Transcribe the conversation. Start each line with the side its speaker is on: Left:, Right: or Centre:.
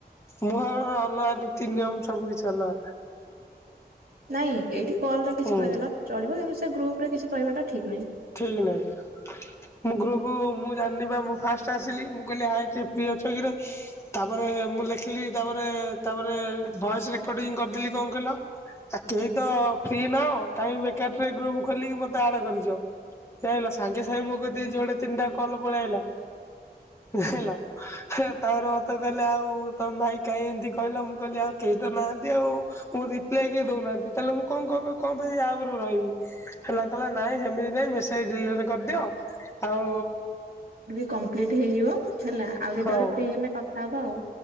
Left: ମୁଁ ଅଲଗା ନୀତି ନିୟମ ସବୁ କିଛି ଅଲଗା।
Right: ନାଇଁ ଏଇଠି କଲ ରେ କିଛି
Left: ହୁଁ
Right: କହିଦେଲ ଚଳିବ। କିନ୍ତୁ ସେ ଗ୍ରୁପ ରେ କିଛି କହିବାଟା ଠିକ ନୁହେଁ।
Left: ଠିକ ନାହିଁ। ମୁଁ ଗୃପ୍ ମୁଁ ଜାଣିନି ପା ମୁଁ ଫାଷ୍ଟ ଆସିଲି ମୁଁ କହିଲିି ହାଏ କିଏ ଫ୍ରୀ ଅଛ କିରେ। ତାପରେ ମୁଁ ଲେଖିଲି ତାପରେ ତାପରେ ଭଏସରେ। ରେକଡିଙ୍ଗ କରିଥିଲି କଣ କହିଲ। ଆ କେହି ତ ଫ୍ରି ନାହଁ କାଇଁ ବେକାର ଟାରେ ଗ୍ରୁପ ଖୋଲିକି ମତେ ଆଡେ କରିଛ। ଯାଇଁଲ ସାଙ୍ଗେ ସାଙ୍ଗେ ମୋ କତିକି ଯୋଡ଼େ ତିନିଟା କଲ ପଳିଆଇଲା ଯାଇଁଲ ତାପରେ ମତେ କହିଲେ ଆଉ ତ ଭାଇ କାଇଁ ଏମିତି କହିଲ ମୁଁ କହିଲି ଆଉ କେହି ତ ନାହାନ୍ତି। ଆଉ ମୋ ରିପ୍ଲାଏ କେଏ ଦଉନାହାନ୍ତି। ତାହେଲେ ମୁଁ କ ପାଇଁ କ ପାଇଁ ୟା ଉପରେ ରହିବି। ହେଲା କହିଲା ନାଇଁ ସେମିତି ନାଇଁ ମେସେଜ ଡିଲେଟ କରିଦିଅ। ଆଉ
Right: କମ୍ପ୍ଲିଟ୍ ହେଇଯିବ ହେଲା ଆଉ କେତେବେଳେ
Left: ହଉ
Right: ଫ୍ରି ହେଲେ କଥାହବା ଆଉ।